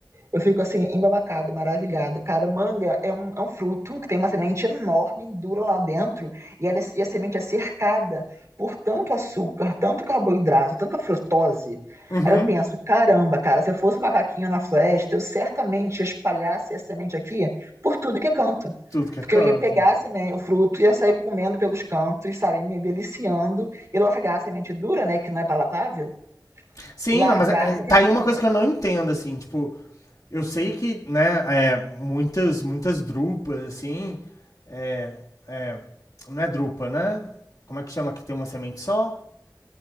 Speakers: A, on the right; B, on the left.
A: Eu fico assim, embabacada, maravilhada. Cara, manga é um, é um fruto que tem uma semente enorme, dura lá dentro, e, ela, é- e a semente é cercada por tanto açúcar, tanto carboidrato, tanta frutose.
B: Uhum,
A: Aí eu penso, caramba, cara, se eu fosse um macaquinho na floresta, eu certamente espalhasse essa semente aqui por tudo que é canto.
B: tudo que
A: Porque
B: é canto.
A: eu ia pegar assim, né, o fruto, ia sair comendo pelos cantos, sabe, me deliciando, e largar a semente dura, né, que não é palatável,
B: Sim,
A: largar
B: não, mas é-
A: em qualquer
B: é- tá aí uma
A: canto.
B: coisa que eu não entendo, assim, tipo, eu sei que, né, é, muitas, muitas drupas, assim, é, é, não é drupa, né? Como é que chama que tem uma semente só?